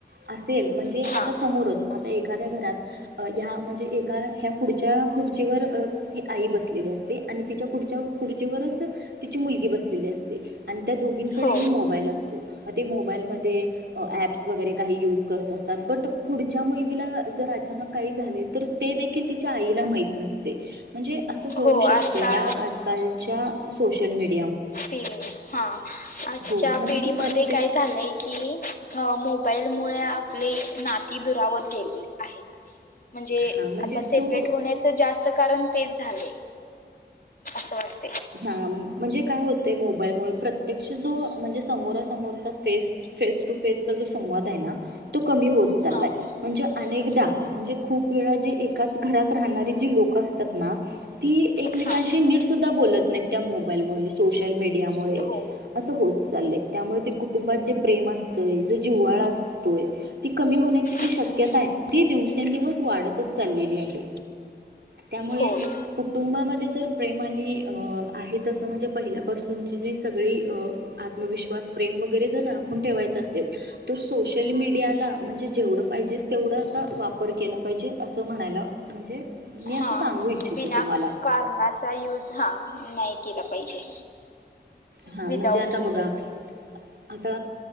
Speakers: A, on the right; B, on the left.
A: अस, तेल म्हणजे
B: हा
A: आता समोरच एखाद्या घरात हया म्हणजे एका ह्या पुढच्या खुर्चीवर ती आई बसलेली असते आणि तिच्या पुढच्या खुर्चीवरच तिची मुलगी बसलेली असते. त्या दोघींकडेही
B: हो
A: मोबाईल असतो. ते मोबाईल मध्ये ॲप्स वगैरे काही युज करत असतात बट त्या मुलगीला जर अचानक काही झाले तर ते देखील तिच्या आईला माहित नसते. म्हणजे असं होऊ
B: हो
A: शकत
B: आता
A: ह्या आजकालच्या सोशल मडिया
B: पिढी हा आजच्या
A: हो म्हणजे
B: पिढीमध्ये
A: तो प्रत्येक
B: काय झालंय की अ मोबाईल मोबाईल मुळे आपली नाती दुरावत गेलेली आहेत. म्हणजे
A: हा म्हणजे
B: आता सेपरेट
A: जो
B: होण्याचं जास्त कारण तेच झालय असं वाटत.
A: हा म्हणजे काय होतय मोबाईलमुळे प्रत्यक्ष जो म्हणजे, समोरा समोरचा फेस फेस टू फेसचा जो संवाद आहे ना तो कमी होत चालयाय
B: हा
A: म्हणजे अनेकदा
B: हो
A: म्हणजे खूप वेळा जे एकाच घरात राहणारी जी लोक असतात ना ती एकमेकांशी
B: हा
A: नीट सुद्धा बोलत. त्या मोबाईलमुळे सोशल मीडियामुळे
B: हो
A: असं होत चाललंय त्यामुळे ते कुटुंबात जे प्रेम असतय जो जिव्हाळा असतोय ती कमी होण्याची जी
B: हम्म.
A: शक्यता आहे. ती दिवसेंदिवस वाढतच चाललेली आहे त्यामुळे
B: होय
A: कुटुंबामध्ये जर प्रेम आणि अ आहे तसं म्हणजे पहिल्यापासूनची जी सगळी आत्मविश्वास प्रेम वगैरे जर राखून ठेवायचं असेल तर सोशल मीडियाला म्हणजे जेवढं पाहिजे, तेवढा असा वापर केला पाहिजे असं म्हणायला म्हणजे, मी
B: हा
A: असं सांगू इच्छिते
B: बिना
A: तुम्हाला
B: कारणाचा यूज हा नाही केला पाहिजे.
A: हा,
B: विदाउट
A: म्हणजे आता
B: रिझन
A: बघा आता